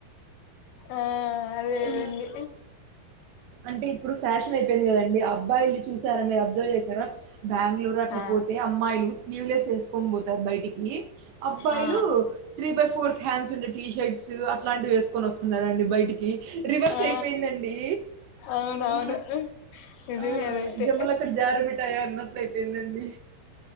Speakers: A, on the left; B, on the right.
A: ఆ అదేవంది
B: ఆ అంటే ఇప్పుడు ఫ్యాషన్ అయిపోయింది కదండి అబ్బాయిలు చూసార మీరు అబ్జర్వ్ చేశారా బెంగళూరు అట్ల
A: ఆ
B: పోతే అమ్మాయిలు స్లీవ్ లెస్ వేసుకొని పోతారు బయటికి అబ్బాయిలు
A: ఆ ఆ
B: త్రీ బై ఫోర్త్ హ్యాండ్స్ ఉండే టీ షర్ట్స్ అట్లాంటివి వేసుకొని వస్తున్నారండి బయటికి రివర్స్
A: ఆ
B: అయి పోయిందండి
A: అవునవును
B: అ
A: నిజమే
B: ఆ
A: అదైతే
B: జంబలక్కడి జారుమిట్టాయ అన్నట్ల అయిపోయిందండి